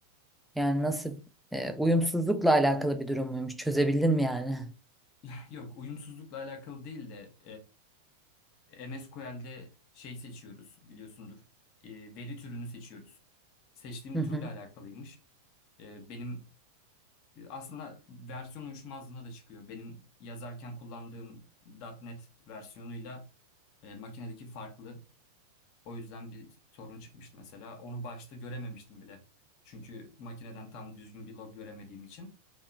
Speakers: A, in the centre; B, on the left.
A: yani nasıl e, uyumsuzlukla alakalı bir durum muymuş? Çözebildin mi yani?
B: <laughs> Yok, uyumsuzlukla alakalı değil de e, MSQL'de şey seçiyoruz biliyorsundur. E, veri türünü seçiyoruz. Seçtiğim
A: <laughs>
B: türle alakalıymış. E, benim e, aslında versiyon uyuşmazlığına da çıkıyor. Benim yazarken kullandığım .nokta .NET versiyonuyla e, makinedeki farklı. O yüzden bir sorun çıkmıştı mesela. Onu başta görememiştim bile. Çünkü makineden tam düzgün bir log göremediğim için.